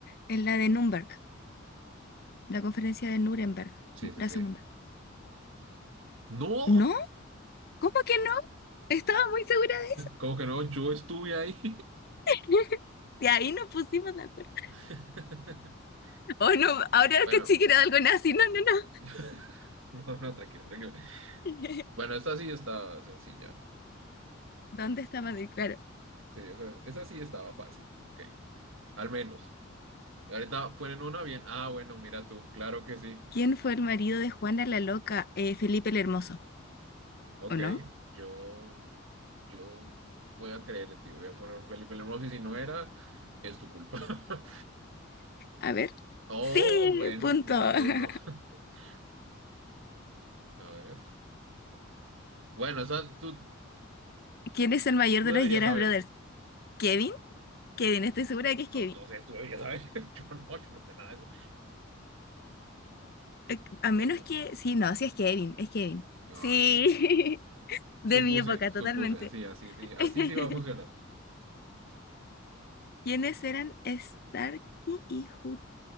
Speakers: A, on the left; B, on the right.
A: En la de Nuremberg, la conferencia de Nuremberg,
B: Sí, sí,
A: la segunda.
B: sí. ¡No!
A: ¿No? ¿Cómo que no? Estaba muy segura de
B: ¿Cómo que no? Yo estuve ahí.
A: eso. <laughs> De ahí nos pusimos
B: <laughs>
A: de acuerdo. Oh, no, ahora
B: Bueno.
A: que sí que era algo nazi. No, no,
B: <laughs> No, no, tranquilo, tranquilo.
A: no. <laughs>
B: Bueno, esa sí estaba sencilla.
A: ¿Dónde está Madrid? Claro.
B: Sí, esa, esa sí estaba fácil. Ok, al menos. Y ahorita ponen una bien. Ah, bueno, mira tú, claro que sí.
A: ¿Quién fue el marido de Juana la Loca? Eh, Felipe el Hermoso,
B: Ok,
A: ¿o no?
B: yo, yo voy a creer en ti. Voy a poner Felipe Hermoso y si no era, es tu culpa. <laughs>
A: A ver.
B: Oh,
A: Sí,
B: bueno,
A: punto.
B: mira
A: <laughs>
B: tú, no. <laughs> A ver. Bueno, esa tú,
A: ¿Quién es el mayor
B: tú
A: de
B: deberías
A: los Jonas
B: saber.
A: Brothers? ¿Kevin? Kevin, estoy segura de que es
B: No,
A: Kevin.
B: no sé, tú deberías saber. <laughs> Yo no, yo no sé nada de eso.
A: Eh, A
B: Me,
A: menos
B: gu-
A: que... Sí, no, sí es Kevin, es Kevin.
B: ay,
A: Sí, <laughs> de
B: supuse,
A: mi época,
B: supuse,
A: totalmente.
B: así, así, sí, así
A: <laughs>
B: sí va a funcionar.
A: ¿Quiénes eran Starkey y Hut?